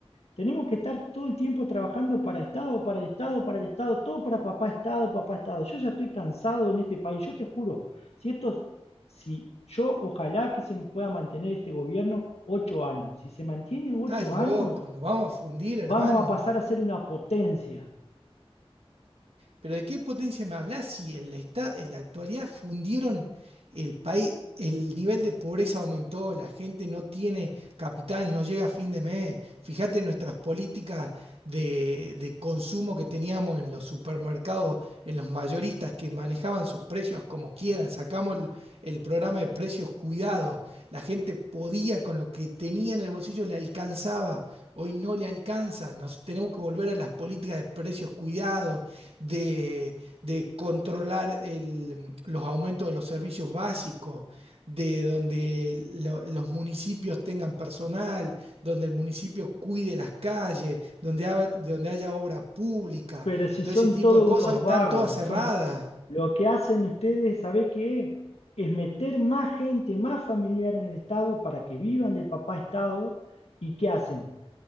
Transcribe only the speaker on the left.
tenemos que estar todo el tiempo trabajando para Estado, para el Estado, para el Estado, todo para papá Estado, papá Estado. Yo ya estoy cansado en este país, yo te juro, si esto, si yo ojalá que se pueda mantener este gobierno ocho años. Si se mantiene ocho
años,
vamos a pasar a ser una potencia.
Pero si
son
todos
unos
vagos,
son lo que hacen ustedes, ¿sabe qué es? Es meter más gente, más familiar en el Estado para que vivan de papá Estado. ¿Y qué hacen?